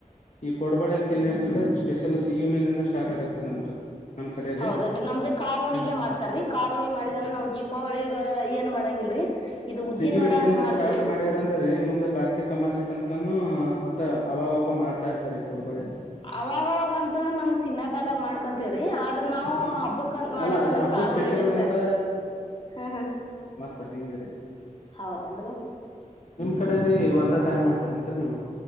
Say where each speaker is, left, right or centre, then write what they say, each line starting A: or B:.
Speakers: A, on the left; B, on the left.
A: ಈಗ ಕೊಡ್ ಬೇಡಿ ಅಂತ ಏನ್ ಏಳ್ತಿರಲ್ಲಾ ಸ್ಪೆಷಲ್ ಸಿಗೇ ಹುಣಿಯಿಂದನೂ ಸ್ಟಾರ್ಟ ಆಗುತ್ ರೀ ನಮ್ದು ನಮ್ ಕಡೆ
B: ಹೌದೇನ್ರಿ
A: ರೀ
B: ನಮ್ದು ಕಾರವುಣಿಗೆ
A: ಹ
B: ಮಾಡ್ತಾರೀ ಕಾರಾರ್ವಣಿ ಮಾಡಿದ ನಾವ್ ದೀಪಾವಳಿಗ ಏನ್ ಮಾಡಂಗಿಲ್ರಿ ಇದು ಉದ್ದಿನ
A: ಸಿಗೆ ಹುಣ್ಣಿಮೆಯಿಂದ
B: ವಡ ಅಂತ ಮಾಡ್ತೇವಿ
A: ಸ್ಟಾರ್ಟ್ ಮಾಡಿದ್ರ ಅಂದ್ರೀ ಮುಂದೆ ಕಾರ್ತಿಕ ಅಮಸ್ಯೆ ತನಕನೂ ಒಟ್ಟು ಅವಾಗ ಅವಾಗ ಮಾಡ್ತಾ ಇರ್ತಾರೆ ಕೊಡ್ಬಳಿ
B: ಅವಾಗವಾಗ ಅಂತಂದು ನಮಗ್ ತಿನ್ನಕ ಆದಾಗ ಮಾಡ್ಕೊಂತ್ ರೀ ಆದ್ರೂ ನಾವು
A: ಹ
B: ಹಬ್ಬಕಂತ ಮಾಡದಂದ್ರೆ
A: ಅಲ್ಲಾ ಇದು ಹಬ್ಬ
B: ಕಾರ್
A: ಸ್ಪೆಷಲ್
B: ಉಣಿಮೆ ಆಷ್ಟೇ
A: ಅಂತ
B: ರೀ ಹ್ಮ್ ಹ್ಮ
A: ತಹಿಂಗ್ ರೀ
B: ಹೌದನ್ರಿ
A: ಕಡೆ ರೀ ಒಂದೇ ಟೈಮ್ ಮಾಡ್ತಾರೇನ್ರೀ ನೀವು